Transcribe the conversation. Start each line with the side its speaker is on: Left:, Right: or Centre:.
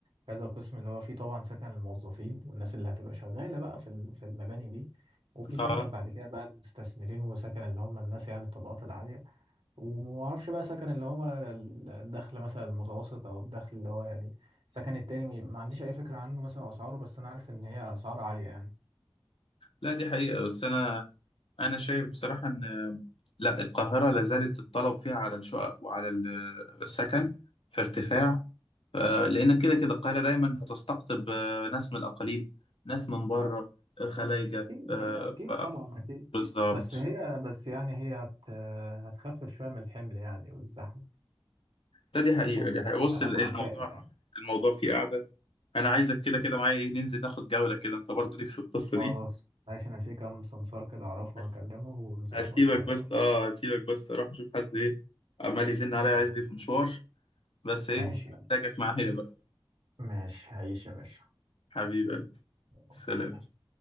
Right: كذا قسم اللي هو فيه طبعا سكن الموظفين والناس اللي هتبقى شغالة بقى في ال- في المباني دي وفي سكن
Left: اه
Right: بعد كده بقى المستثمرين وسكن اللي هم الناس يعني الطبقات العالية ومعرفش بقى سكن اللي هو ال- الدخل مثلا المتوسط أو الدخل اللي هو يعني سكن التاني ما عنديش أي فكرة عنه مثلا أسعاره بس أنا عارف إن هي أسعار عالية يعني
Left: لا دي حقيقة بس انا انا شايف بصراحة ان آه، لا القاهرة لازالت الطلب فيها على الشقق وعلى ال- آه، السكن في ارتفاع آه، لان كده كده القاهرة دايما هتستقطب آه، ناس من الاقاليم ناس من بره آه، خلايجة
Right: أكيد
Left: آه،
Right: أكيد
Left: ف
Right: طبعا أكيد
Left: بالظبط
Right: بس هي بس يعني هي هت هتخفف شوية من الحمل يعني والزحمة
Left: لا دي حقيقة
Right: ممكن
Left: دي حقيقة بص
Right: أنا
Left: ال-
Right: متفائل
Left: الموضوع
Right: يعني
Left: الموضوع فيه قاعدة أنا عايزك كده كده معايا إيه ننزل ناخد جولة كده أنت برضو ليك في القصة
Right: خلاص
Left: دي
Right: ماشي انا في كام سمسار كده اعرفه
Left: هس-
Right: هكلمه ونظبط
Left: هسيبك
Right: كده نروح
Left: بس أه هسيبك بس أروح أشوف حد إيه عمال يزن عليا
Right: ماشي
Left: عايز دي في مشوار بس إيه
Right: ماشي يعني
Left: محتاجك معايا بقى
Right: ماشي هعيش يا باشا
Left: حبيبي
Right: خلاص،
Left: سلام
Right: سلام